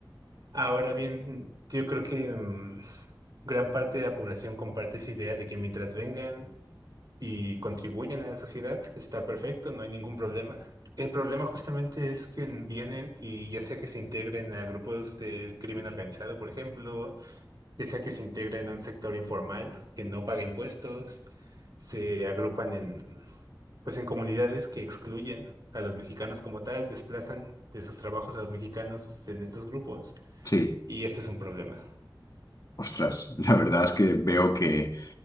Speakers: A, on the right; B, on the left.
A: Ahora bien, yo creo que mm, gran parte de la población comparte esa idea de que mientras vengan y contribuyan a la sociedad, está perfecto, no hay ningún problema. El problema justamente es que vienen y ya sea que se integren a grupos de crimen organizado, por ejemplo, ya sea que se integren a un sector informal que no paga impuestos, se agrupan en, pues en comunidades que excluyen a los mexicanos como tal, desplazan de sus trabajos a los mexicanos en estos grupos,
B: Sí.
A: y esto es un problema.
B: Ostras, la verdad es que veo que